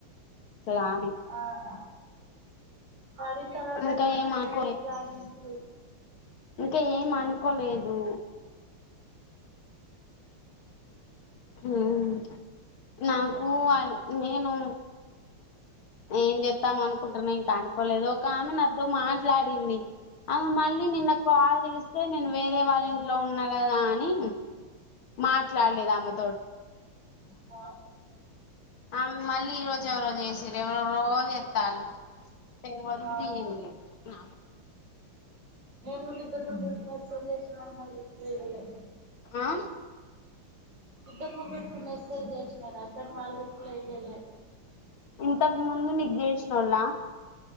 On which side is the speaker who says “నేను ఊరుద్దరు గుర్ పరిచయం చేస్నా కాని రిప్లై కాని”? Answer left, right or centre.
Right